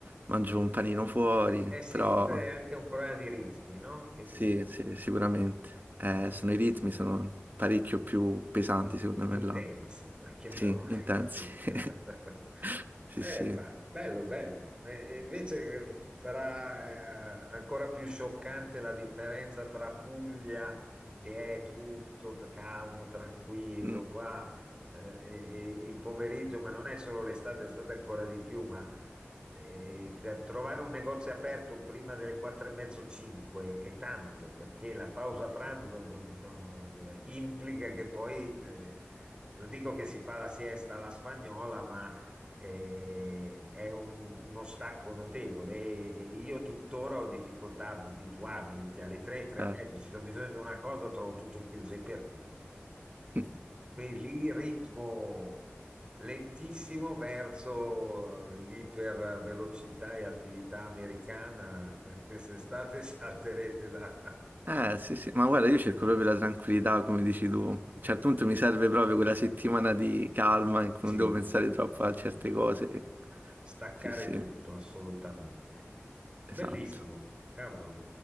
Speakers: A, on the right; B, on the right.
A: mangio un panino fuori,
B: Eh sì,
A: però...
B: forse è anche un problema di ritmi, no? Che
A: Sì,
B: dici?
A: sì, sicuramente. Eh, sono i ritmi, sono parecchio più pesanti,
B: in-
A: secondo
B: intensi,
A: me, là.
B: chiamiamoli
A: Sì, intensi.
B: così. <laughs>
A: <laughs> Sì,
B: Eh,
A: sì.
B: ba- bello, bello. E- e invece eh, sarà eh, ancora più scioccante la differenza tra Puglia, che è tutto t- calmo, tranquillo,
A: Mm,
B: qua eh, e- e il pomeriggio, ma non è solo l'estate, l'estate è ancora di più, e t- trovare un negozio aperto prima delle quattro e mezzo, cinque è tanto perché la pausa pranzo non- non- non- implica che poi, eh, non dico che si fa la siesta alla spagnola, ma eh, è un- uno stacco notevole. E- e io tuttora ho difficoltà ad abituarmi, cioè alle tre, tre
A: certo.
B: e mezzo, se c'è bisogno di una cosa trovo tutto chiuso. E per chi?
A: <laughs>
B: Quindi lì ritmo lentissimo verso eh, l'ipervelocità e attività americana. Quest'estate <laughs> salterete da
A: Eh, sì, sì, ma guarda, io cerco proprio la tranquillità, come dici tu. A un certo punto mi serve proprio quella settimana di calma in cui
B: sì,
A: non devo pensare troppo a certe cose.
B: staccare
A: Sì, sì,
B: tutto, assolutamente. Bellissimo,
A: esatto.
B: cavolo.